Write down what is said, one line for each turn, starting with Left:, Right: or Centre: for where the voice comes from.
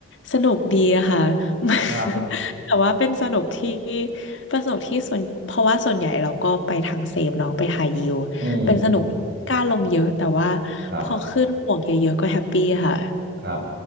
Left: สนุกดีอะค่ะ
Right: ครับ
Left: <laughs> แต่ว่าเป็นสนุกที่เป็นสนุกที่ส่วนเพราะว่าส่วนใหญ่เราก็ไปทางเซฟเนาะไปไฮยิว
Right: อืม
Left: เป็นสนุกกล้าลงเยอะแต่ว่า
Right: ครับ
Left: พอขึ้นบวกเยอะๆก็แฮปปี้ค่ะ
Right: ครับ